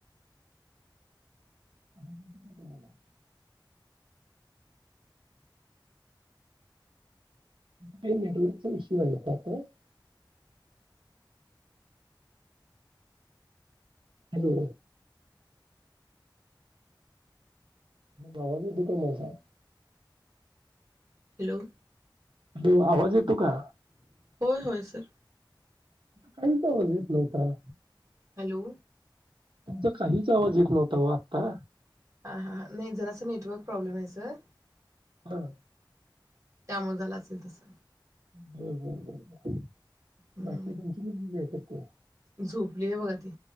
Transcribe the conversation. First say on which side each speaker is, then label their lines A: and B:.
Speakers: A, on the right; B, on the right.
A: <unintelligible> Touch विषय पाप <inaudible> हॅलो. आवाज येतो का माझा.
B: हॅलो.
A: हॅलो. आवाज येतो का?
B: होय होय सर.
A: काहीच आवाज येत नव्हता.
B: हॅलो.
A: तुमचा काहीच आवाज येत नव्हता व आत्ता
B: हा हा ह नाही जरा असं नेटवर्क प्रॉब्लेम आहे सर
A: हा.
B: त्यामुळे झाला असेल तस.
A: बरोबर बरोबर.
B: हं,
A: बाकी तुमची मुलगी काय करते. <unintelligible>
B: झोपली आहे बघा ती